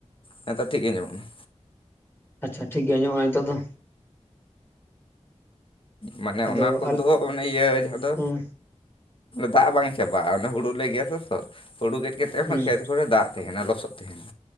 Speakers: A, on the left; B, on the left.
A: ᱱᱮᱛᱚᱜ ᱴᱷᱤᱠ ᱜᱮ ᱟᱸᱡᱚᱢᱚᱜ ᱠᱟᱱᱟ᱾
B: ᱟᱪᱪᱷᱟ ᱴᱷᱤᱠ ᱜᱮᱭᱟ ᱟᱸᱡᱚᱢᱚᱜ-ᱟ ᱱᱤᱛᱳᱜ ᱫᱚ
A: ᱢᱟᱱᱮ
B: ᱟᱫᱚ
A: ᱚᱱᱟ ᱠᱚᱫᱚ
B: ᱟᱞᱮ
A: ᱢᱟᱱᱮ ᱤᱭᱟᱹ ᱡᱟᱦᱟᱸ ᱫᱚ
B: ᱦᱮᱸ
A: ᱫᱟᱜ ᱵᱟᱝ ᱪᱟᱵᱟᱜᱼᱟ ᱚᱱᱟ ᱦᱩᱲᱩᱞ ᱞᱮ ᱜᱮᱫ ᱟᱛᱚ ᱦᱩᱲᱩ ᱜᱮᱫ ᱠᱟᱛᱮᱫ
B: ᱦᱮᱸ
A: ᱦᱚᱸ ᱠᱷᱮᱛ ᱠᱚᱨᱮ ᱫᱟᱜ ᱛᱟᱦᱮᱱᱟ᱾ ᱞᱚᱥᱚᱫ ᱛᱟᱦᱮᱱᱟ